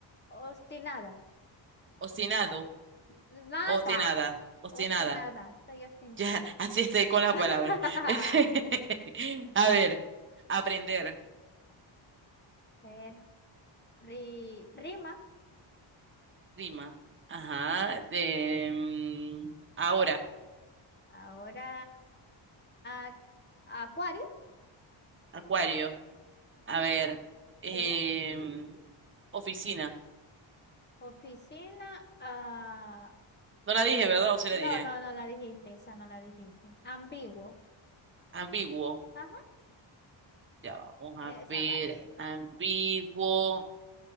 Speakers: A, on the left; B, on the right.
A: obstinada.
B: obstinado,
A: Nada.
B: obstinada, obstinada.
A: Obstinada, estoy obstinada.
B: Ya, <laughs> así estoy con las
A: <laughs>
B: palabras. <laughs> A ver, aprender,
A: Eh, Ri- rima.
B: rima. Ajá. em, ahora,
A: Ahora a- acuario.
B: acuario. A
A: Ujú,
B: ver, em,
A: Sí.
B: oficina.
A: Oficina. ah,
B: No la dije, ¿verdad? ¿O sí
A: no,
B: la dije?
A: no, no la dijiste. Esa no la dijiste. Ambiguo.
B: Ambiguo.
A: Ajá.
B: Ya vamos a
A: Esa
B: ver.
A: vale.
B: Ambiguo.